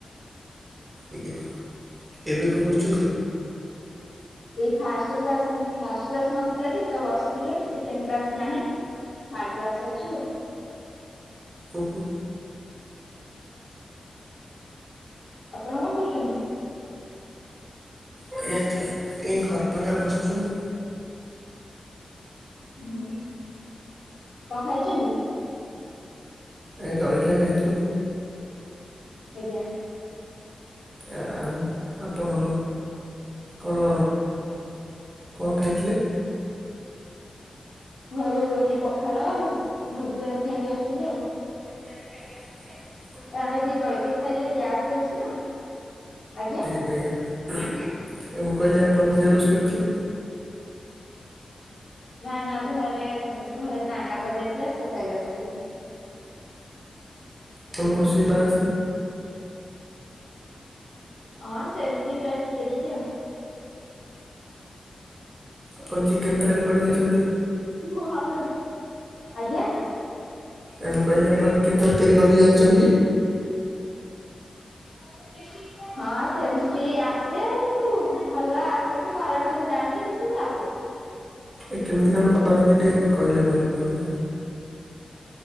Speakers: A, on the right; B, on the left.
A: ଆଜ୍ଞା, ଏବେ କଣ କରୁଛନ୍ତି?
B: ଏ ଫାଷ୍ଟ୍ କ୍ଲାସ୍ ଫାଷ୍ଟ୍ କ୍ଲାସ୍ ନଥିଲା ଯେ ତ ବସିଥିଲି ଏଇଠି ସେକେଣ୍ଡ କ୍ଲାସ୍ ବି ନାହିଁ। ଥାର୍ଡ କ୍ଲାସ୍ ଅଛି ଆଉ।
A: ଓହୋ।
B: ଆପଣ କଣ କରୁଛନ୍ତି?
A: ଆଜ୍ଞା ଆଜ୍ଞା, ଘର ପାଖରେ ବସିଛୁ ଆଉ।
B: ହୁଁ, କଣ ଖାଇଛନ୍ତି?
A: ଏଇ ଜଳଖିଆ ଖାଇଥିଲୁ।
B: ଆଜ୍ଞା।
A: ଆ ଆଉ ଆପଣ କଣ କଣ ଖାଇଥିଲେ?
B: ଘରୁ ପଖାଳ ଭଜା ଖାଇକି ଆସିଥିଲି ଆଉ।
A: <unintelligible> ଖାଇକି ଆସିଥିଲେ ଆଉ
B: କାରଣ ଏ ଟିକେ ଜଳଖିଆ ଖାଇଲେ ଗ୍ୟାସ୍ ହେଇଯାଉଛି ନା ଆଜ୍ଞା।
A: ଆଜ୍ଞା ଆଜ୍ଞା, ଏ ମୁଁ କହିଲି ଆପଣ ଜେରକ୍ସ କରିଥିଲେ?
B: ନା ନା ଘରେ ଘରେ ନାନା କରିଦେଇଥିଲା ସେ ଖାଇକି ଆସିଥିଲି।
A: ଆପଣଙ୍କୁ ରୋଷେଇ ଜଣା ଅଛି?
B: ହଁ ସେମିତି ପ୍ରାୟ ଟିକେ ଟିକେ ଆଉ।
A: ଆପଣ ଚିକେନ୍ ତରକାରୀ କରି ଜାଣିଛନ୍ତି?
B: <unintelligible> ଆଜ୍ଞା
A: ଆ ମୁଁ କହିଲି ଆପଣ ଚିକେନ୍ ତରକାରୀ କରିକି ଜାଣିଛନ୍ତି?
B: <unintelligible> ହଁ ସେମିତି ଆସେ କିନ୍ତୁ ଭଲ ଆସେ କି ଖରାପ ଆସେ ଜାଣିନି କିନ୍ତୁ ବି ଆସେ।
A: ଏ କେମିତି କଣ କରନ୍ତି ଟିକେ କହିଲେ ଭଲ ହୁଅନ୍ତା।